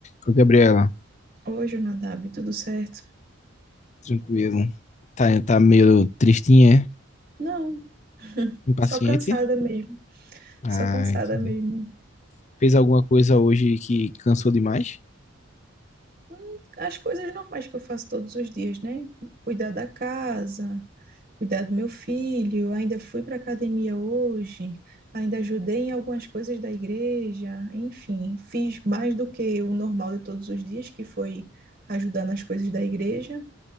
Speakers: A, on the left; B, on the right.
A: Ô, Gabriela,
B: Hoje Jonadab, tudo certo?
A: tranquilo. Tá, tá meio tristinha,
B: Não,
A: é? Impaciente?
B: só cansada mesmo.
A: Ah,
B: Só cansada
A: entendi.
B: mesmo.
A: Fez alguma coisa hoje que cansou demais?
B: Hum, As coisas normais que eu faço todos os dias, né? Cuidar da casa, cuidar do meu filho. Ainda fui para academia hoje, ainda ajudei em algumas coisas da igreja. Enfim, fiz mais do que o normal de todos os dias, que foi ajudar nas coisas da igreja.